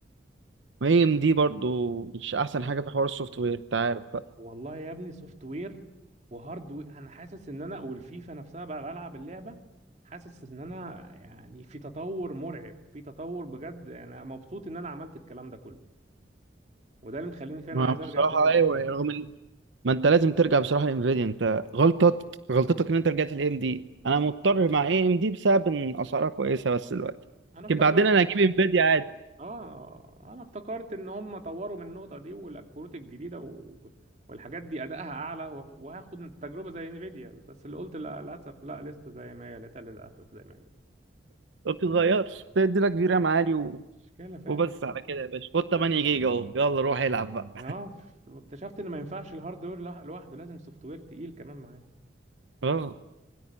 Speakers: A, on the right; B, on the right.
A: ما هي ام دي برضو مش احسن حاجه في حوار السوفت وير انت عارف بقى
B: والله يا ابني سوفت وير وهارد وير انا حاسس ان انا والفيفا نفسها بقى بلعب اللعبه حاسس ان انا يعني في تطور مرعب في تطور بجد انا مبسوط ان انا عملت الكلام ده كله وده اللي مخليني فعلا
A: ما
B: عايز
A: بصراحه
B: ارجع تاني للفيديو
A: ايوه رغم ان ما انت لازم ترجع بصراحه لانفيديا انت غلطت غلطتك ان انت رجعت لاي ام دي انا مضطر مع اي ام دي بسبب ان اسعارها كويسه بس دلوقتي
B: انا افتكرت
A: لكن بعدين انا هجيب انفيديا عادي
B: اه انا افتكرت ان هم طوروا من النقطه دي والكروت الجديده و... والحاجات دي ادائها اعلى وف- وهاخد تجربه زي انفيديا بس اللي قلت لا للاسف لا لسه زي ما هي لقيتها للاسف زي ما هي
A: ما بتتغيرش بتدي لك في رام عالي و...
B: مشكله فعلا
A: وبس على كده يا باشا
B: مشكلة.
A: خد 8 جيجا اهو يلا روح العب بقى
B: اه اكتشفت ان ما ينفعش الهاردوير لوح- لوحده لازم سوفت وير تقيل كمان معاه
A: اه